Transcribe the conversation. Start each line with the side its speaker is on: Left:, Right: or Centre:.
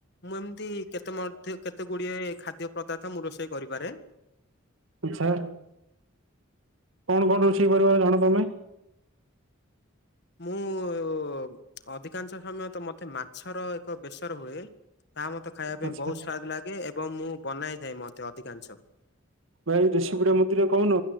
Left: ମୁଁ ଏମିତି କେତେ ମଧ୍ୟ କେତେ ଗୁଡିଏ ଖାଦ୍ୟ ପଦାର୍ଥ ମୁଁ ରୋଷେଇ କରିପାରେ।
Right: ଇଚ୍ଛା। କଣ କଣ ରୋଷେଇ କରିବ ଜାଣ ତୋମେ?
Left: ମୁଁ ଅଧିକାଂଶ ସମୟ ତ ମୋତେ ମାଛର ଏକ ବେସର ହୁଏ। ତାହା ମୋତେ ଖାଇବା
Right: ଆଚ୍ଛା
Left: ପାଇଁ ବହୁତ
Right: ଆଚ୍ଛା
Left: ସ୍ଵାଦ ଲାଗେ। ଏବଂ ମୁଁ ବନାଇଥାଏ ମଧ୍ୟ ଅଧିକାଂଶ।
Right: ଭାଇ ରେସିପି ଗୁଡ଼ା ମୋତେ ଯୋଉ କହୁନ